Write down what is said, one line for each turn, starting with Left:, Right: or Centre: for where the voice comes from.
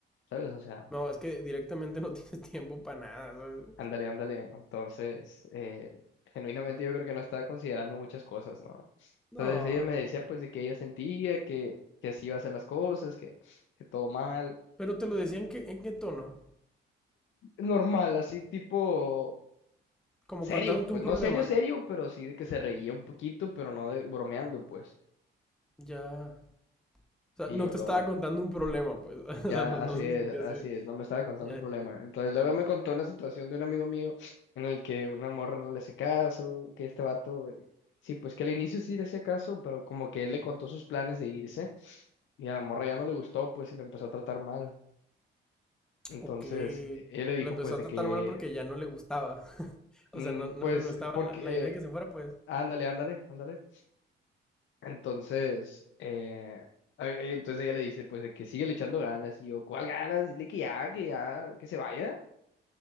Left: ¿sabes? O sea,
Centre: No, es que directamente no <laughs> tienes tiempo para nada, ¿sabes?
Left: Ándale, ándale. Entonces, eh, genuinamente yo creo que no estaba considerando muchas cosas, ¿no? Entonces
Centre: No,
Left: ella me decía pues de que ella sentía que, que así iba a ser las cosas, que, que todo mal.
Centre: pero te lo decía en qué, en qué tono.
Left: Normal, así tipo
Centre: Como
Left: serio,
Centre: contándote
Left: pues
Centre: un
Left: no
Centre: problema.
Left: serio, serio, pero sí de que se reía un poquito, pero no de- bromeando, pues.
Centre: Ya. O sea,
Left: Y
Centre: no
Left: yo,
Centre: te
Left: lol.
Centre: estaba contando un problema, pues. <laughs>
Left: Ya,
Centre: O sea, no, no
Left: así
Centre: se
Left: es,
Centre: sentía
Left: así
Centre: así.
Left: es, no me estaba contando
Centre: Ya,
Left: un
Centre: ya.
Left: problema. Entonces luego me contó una situación de un amigo mío en el que una morra no le hace caso, que este vato, eh, sí, pues que al inicio sí le hacía caso, pero como que él le contó sus planes de irse y a la morra ya no le gustó, pues y lo empezó a tratar mal. Entonces
Centre: Ok.
Left: e- él le dijo
Centre: Lo empezó
Left: pues
Centre: a
Left: de
Centre: tratar
Left: que,
Centre: mal porque ya no le gustaba.
Left: mm,
Centre: O sea, no, no
Left: pues,
Centre: le gustaba
Left: porque,
Centre: la, la idea de
Left: eh,
Centre: que se fuera, pues.
Left: ándale, ándale, ándale. Entonces, eh, a- entonces ella le dice pues de que sigue le echando ganas y yo, ¿cuál ganas? Dile que ya, que ya, que se vaya.